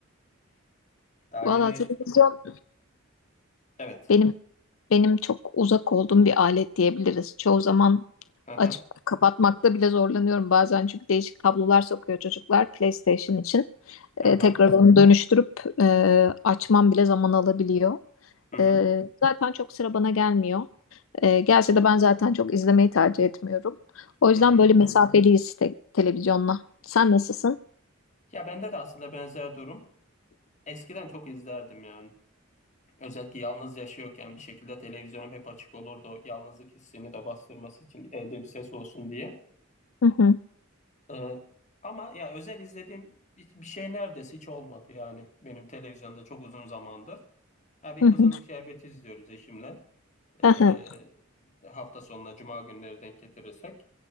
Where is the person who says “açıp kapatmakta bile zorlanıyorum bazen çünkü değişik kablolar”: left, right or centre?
Left